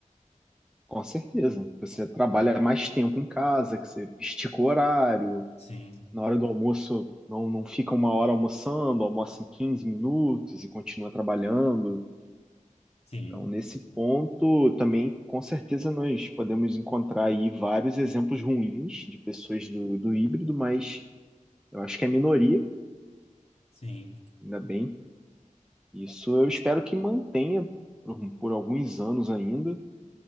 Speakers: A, in the centre; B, on the left.
A: Com certeza. Você trabalha mais tempo em casa, que você estica o horário,
B: Sim,
A: na hora do almoço não, não fica uma hora almoçando, almoça em 15 minutos e continua trabalhando.
B: sim,
A: Então, nesse ponto, também, com certeza, nós podemos encontrar aí vários exemplos ruins de pessoas do, do híbrido, mas eu acho que é minoria,
B: sim,
A: ainda bem Isso eu espero que mantenha por, por alguns anos ainda.